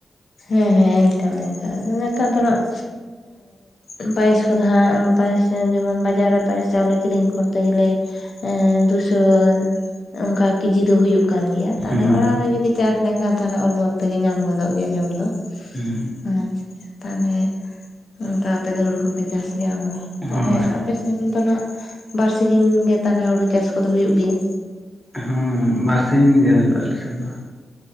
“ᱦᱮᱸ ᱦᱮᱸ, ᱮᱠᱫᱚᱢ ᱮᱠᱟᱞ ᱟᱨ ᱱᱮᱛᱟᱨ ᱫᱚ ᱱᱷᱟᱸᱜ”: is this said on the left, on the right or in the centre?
Left